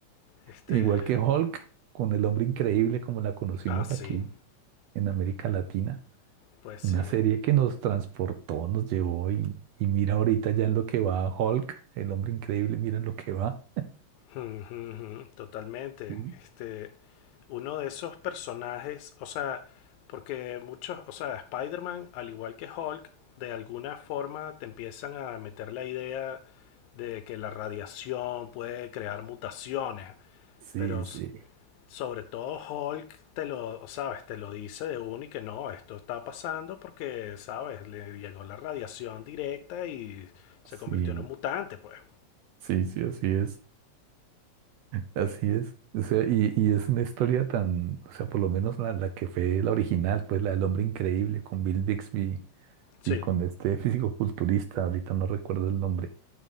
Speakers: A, on the left; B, on the right.
A: Este,
B: Igual que Hulk, con el hombre increíble como la conocimos
A: ah, sí,
B: aquí en América Latina,
A: pues
B: una
A: sí.
B: serie que nos transportó, nos llevó y, y mira ahorita ya en lo que va Hulk, el hombre increíble, mira en lo que va.
A: Ujú, Totalmente.
B: Sí,
A: Este, uno de esos personajes, o sea, porque muchos, o sea, Spider-Man, al igual que Hulk, de alguna forma te empiezan a meter la idea de que la radiación puede crear mutaciones,
B: sí,
A: pero s-
B: sí,
A: sobre todo Hulk te lo, sabes, te lo dice de uno y que no, esto está pasando porque, sabes, le llegó la radiación directa y se
B: sí,
A: convirtió en un mutante, pues.
B: sí, sí, así es, así es. O sea, y, y es una historia tan, o sea, por lo menos la, la que fue la original, pues la del hombre increíble con Bill Bixby
A: Sí,
B: y con este físico-culturista, ahorita no recuerdo el nombre